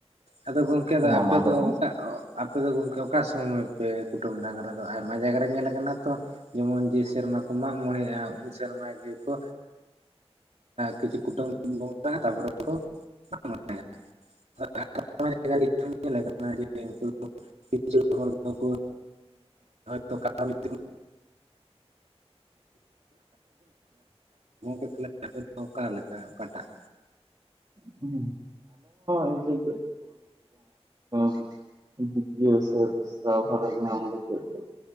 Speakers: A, on the right; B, on the right.
A: ᱟᱫᱚ ᱜᱚᱝᱠᱮ ᱫᱚ
B: ᱦᱮᱸ
A: ᱟᱯᱮ
B: ᱢᱟ ᱞᱟᱹᱭ
A: ᱫᱚ ᱚᱠᱟ ᱚ ᱟᱯᱮᱚ ᱜᱚᱢᱠᱮ ᱚᱠᱟ ᱥᱚᱢᱚᱭ ᱯᱮ ᱠᱩᱴᱟᱹᱢ ᱰᱟᱸᱝᱨᱟ ᱫᱚ ᱟᱭᱢᱟ ᱡᱟᱭᱜᱟ ᱨᱮ ᱧᱮᱞ ᱠᱟᱱᱟ ᱛᱚ ᱡᱮᱢᱚᱱ ᱡᱮ ᱥᱮᱨᱢᱟ ᱠᱚ ᱢᱟᱜᱽ ᱢᱚᱬᱮᱜᱼᱟ ᱩᱱ ᱥᱮᱨᱢᱟ ᱜᱮᱠᱚ ᱠᱤᱪᱷᱩ ᱠᱩᱴᱟᱹᱢ ᱵᱚᱸᱜᱟ ᱛᱟᱨᱯᱚᱨᱮ ᱠᱚᱲᱟ <unintelligible> ᱟᱭᱢᱟ ᱡᱟᱭ ᱧᱮᱞ ᱟᱠᱟᱱᱟ ᱡᱮ ᱩᱱᱠᱩ ᱠᱤᱪᱷᱩ ᱦᱚᱲ ᱫᱚ <unintelligible> ᱛᱚ ᱠ <unintelligible> ᱮᱠᱮ ᱛᱟᱦ <unintelligible> ᱟᱯᱮ ᱫᱚ ᱚᱠᱟ ᱞᱮᱠᱟ ᱚᱠᱟᱴᱟᱜ
B: ᱦᱩᱸ ᱤᱱᱠᱟᱹ ᱜᱮ <inaudible> ᱫᱤᱭ ᱥᱮ <unintelligible>